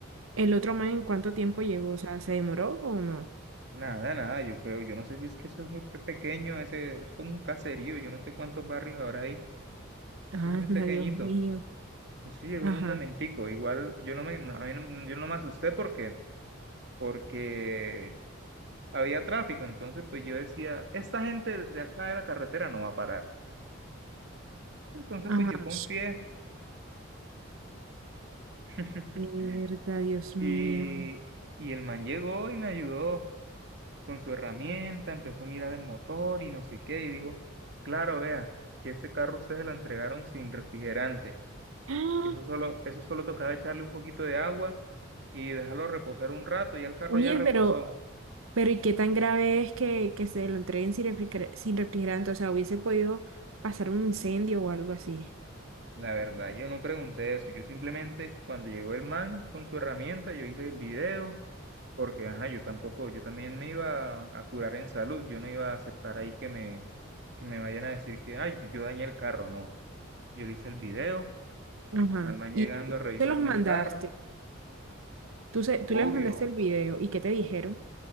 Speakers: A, on the right; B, on the right.
A: ¿el otro man en cuánto tiempo llegó? O sea, ¿se demoró o no?
B: Nada, nada, yo creo, yo no sé si es que eso es muy pe- pequeño, ese, es como un caserío, yo no sé cuántos barrios habrá ahí,
A: Ah,
B: eso es muy pequeñito.
A: <laughs> Dios mío.
B: Sí, llegó
A: Ajá.
B: en un momentico, igual yo no me, no, a mí no- yo no me asusté porque, porque había tráfico, entonces pues yo decía, esta gente de acá de la carretera no va a parar. Entonces
A: Ajá.
B: pues yo confié <laughs>
A: Mierda, Dios
B: y,
A: mío.
B: y el man llegó y me ayudó con su herramienta, empezó a mirar el motor y no sé qué, y dijo, claro, vea, que este carro ustedes lo entregaron sin refrigerante.
A: <gasps>
B: Eso solo, eso solo tocaba echarle un poquito de agua y dejarlo reposar un rato. Ya el carro
A: Oye,
B: ya reposó.
A: pero, pero ¿y qué tan grave es que, que se lo entreguen sin refriger- sin refrigerante? O sea, hubiese podido pasar un incendio o algo así.
B: La verdad, yo no pregunté eso. Yo simplemente, cuando llegó el man con su herramienta, yo hice el video, porque ajá, yo tampoco, yo también me iba a, a curar en salud. Yo no iba a aceptar ahí que me, que me vayan a decir que, ay, yo dañé el carro. No. Yo le hice el video,
A: Ajá.
B: al man llegando
A: Y tú
B: a revisarme
A: te los mandaste.
B: el carro.
A: Tú, se- tú
B: Obvio.
A: les mandaste el video. ¿Y qué te dijeron?